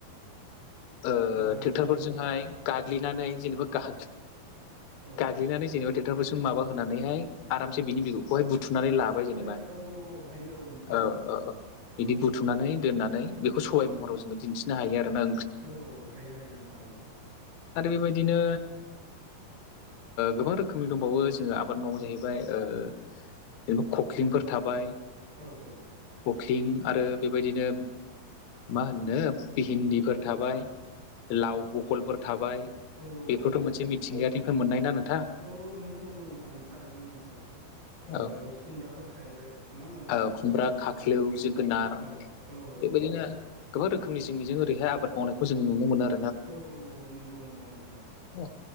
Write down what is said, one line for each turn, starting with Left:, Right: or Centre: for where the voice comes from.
Left: ओ
Right: मा होनोमोनथाय
Left: ट्रेक्टरफोरजोंहाय गाग्लिनानै
Right: औ
Left: जेनेबा गा
Right: औ
Left: दाग्लिनानै जेनेबा ट्रेक्टरफोरजों माबा होनानैहाय आरामसे
Right: औ
Left: बिनि बिगरखौहाय बुथुमनानै लाबाय जेनेबा
Right: ओइ औ औ हायो नोंथां
Left: औ औ
Right: औ
Left: बिदि बुथुमनानै दोननानै बेखौ सबाइ महराव जोङो दिन्थिनो हायो आरो ना
Right: औ औ हायो हायो नोंथां औ हायो
Left: आरो बेबायदिनो गोबां रोखोमनि दंबावो जों आब बाद मावो
Right: औ
Left: जाहैबाय जेनबा खख्लिंफोर थाबाय
Right: औ औ
Left: कखलिं आरो बेबायदिनो मा होनो भि भिन्दिफोर थाबाय लाव बहलफोर थाबाय
Right: औ
Left: बेफोरथ
Right: औ
Left: मोनसे मिथिंगायानिफ्राय मोननायना नों
Right: औ औ नंगौ नंगौ नोंथां थारैनो नंथारगौ ओ
Left: औ
Right: इयाव खुमब्राफोर थाहैबाय नङा होमबा नोंथां
Left: औ खुमब्रा खाख्लौ
Right: औ
Left: जोगोनार
Right: औ औ औ
Left: बेबायदिनो
Right: औ
Left: गोबां रोखोमनि जोंनिजों ओरैहाय आबाद मावनायखौ जों नुनो मोनो आरो
Right: औ औ औ नंगौ नंगौ नोंथां
Left: औ